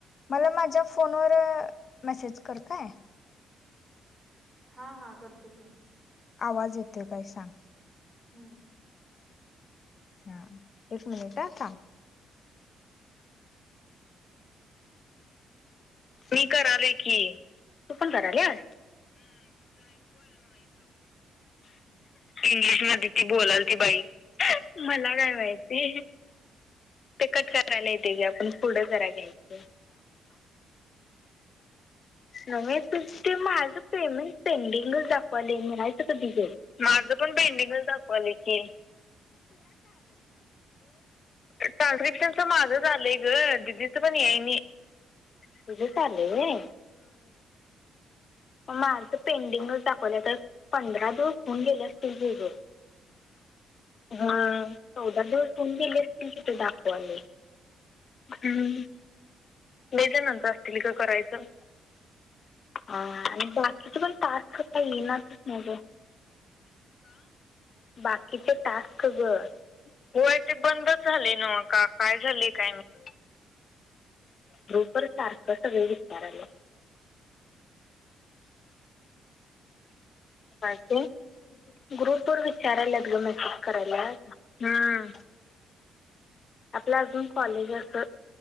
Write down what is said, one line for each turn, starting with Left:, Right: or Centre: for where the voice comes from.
Left: मला माझ्या फोनवर मेसेज कर काय.
Right: हा हा करतो की.
Left: आवाज येतोय काय सांग.
Right: हम्म.
Left: हा एक मिनिट हा थांब. मी करालोय की. तू पण कराल्या. इंग्लिश मध्ये ती बोलाल ती बाई मला काय माहिती. ते कट करायला येते ग आपण पुढं जरा घ्यायचं. नवे तु ते माझ पेमेंट पेंडिंगच दाखवाले मिळायचं कधी ग. माझं पण पेंडिंगच दाखवालय की. ट्रान्स्क्रिप्शनचं माझंच आलंय ग दीदीच पण याय नाही. तुझंच आले व्हय. माझं पेंडिंगच दाखवलं तर पंधरा दो <unintelligible> गेले असतील कि ग, हा. चौदा दिवस होऊन गेले असं दाखवायला हम्म मे च्या नंतर असतील ग करायचं, हा. बाकीचे पण टास्क काय येणाच मग. बाकीचे टास्क ग. होय ते बंदच झालय नवका काय झालेय काय माहित. ग्रुप वर सारख सगळी विचाराल्यात. बाकी. ग्रुप वर विचाराल्यात ग मेसेज करायला, हम्म. आपला अजून कॉलेज अस